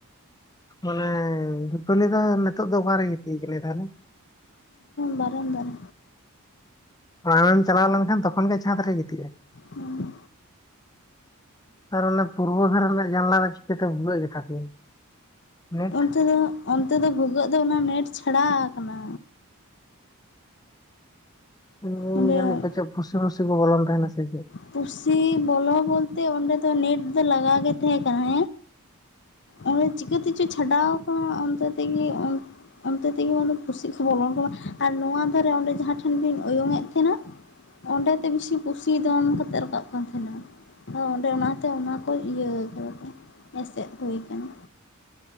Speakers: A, on the left; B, on the left.
A: ᱢᱟᱱᱮ ᱫᱤᱯᱟᱞᱤ ᱫᱚ ᱱᱤᱛᱚᱜ ᱫᱚ ᱚᱠᱟᱨᱮᱭ ᱜᱤᱛᱤᱡ ᱟᱠᱟᱱᱟ ᱛᱟᱦᱞᱮ?
B: ᱵᱟᱨᱮᱱ ᱫᱟ ᱨᱮ᱾
A: ᱟᱢᱮᱢ ᱪᱟᱞᱟᱣ ᱞᱮᱱ ᱛᱚᱠᱷᱚᱱ ᱜᱮ ᱪᱷᱟᱸᱫᱽ ᱨᱮᱭ ᱜᱤᱛᱤᱡᱼᱟ᱾
B: ᱦᱮᱸ
A: ᱟᱨ ᱚᱱᱟ ᱯᱩᱨᱵᱚ ᱫᱷᱟᱨᱮ ᱨᱮᱭᱟᱜ ᱡᱟᱱᱞᱟ ᱨᱮ ᱪᱤᱠᱟᱹᱛᱮ ᱵᱷᱩᱜᱟᱹᱜ ᱜᱮᱛᱟ ᱯᱮᱭᱟ? ᱱᱮᱴ
B: ᱚᱱᱛᱮ ᱫᱚ ᱚᱱᱛᱮ ᱫᱚ ᱵᱷᱩᱜᱟᱹᱜ ᱫᱚ ᱚᱱᱟ ᱱᱮᱴ ᱪᱷᱟᱲᱟᱣ ᱟᱠᱟᱱᱟ᱾
A: ᱦᱸ
B: ᱚᱸᱰᱮ
A: ᱡᱟᱹᱱᱤᱡ ᱯᱟᱪᱮᱫ ᱯᱷᱩᱥᱤ ᱢᱩᱥᱤ ᱠᱚ ᱵᱚᱞᱚᱱ ᱛᱟᱦᱮᱱᱟ ᱥᱮ ᱪᱮᱫ?
B: ᱯᱩᱥᱤ ᱵᱚᱞᱚ ᱵᱚᱞᱛᱮ ᱚᱸᱰᱮ ᱫᱚ ᱱᱮᱴ ᱫᱚ ᱞᱟᱜᱟᱣ ᱜᱮ ᱛᱟᱦᱮᱸ ᱠᱟᱱᱟ᱾ ᱚᱸ ᱪᱤᱠᱟᱹ ᱛᱮᱪᱚ ᱪᱷᱟᱰᱟᱣ ᱟᱠᱟᱜ ᱚᱱᱠᱟ ᱛᱮᱜᱮ ᱚᱱ ᱚᱱᱛᱮ ᱛᱮᱜᱮ ᱯᱩᱥᱤ ᱠᱚ ᱵᱚᱞᱚᱱ ᱠᱟᱱᱟ ᱟᱨ ᱱᱚᱣᱟ ᱫᱷᱟᱨᱮ ᱚᱸᱰᱮ ᱡᱟᱦᱟᱸ ᱴᱷᱮᱱ ᱵᱤᱱ ᱚᱭᱩᱧ ᱮᱫ ᱛᱟᱦᱮᱱᱟ᱾ ᱚᱸᱰᱮᱛᱮ ᱵᱮᱥᱤ ᱯᱩᱥᱤ ᱫᱚᱱ ᱠᱟᱛᱮᱫ ᱨᱟᱠᱟᱵ ᱠᱟᱱ ᱛᱟᱦᱮᱱᱟ᱾ ᱟᱫᱚ ᱚᱸᱰᱮ ᱚᱱᱟᱛᱮ ᱚᱱᱟ ᱠᱚ ᱤᱭᱟᱹ ᱠᱟᱫᱟ ᱠᱚ ᱮᱥᱮᱫ ᱦᱩᱭ ᱟᱠᱟᱱᱟ᱾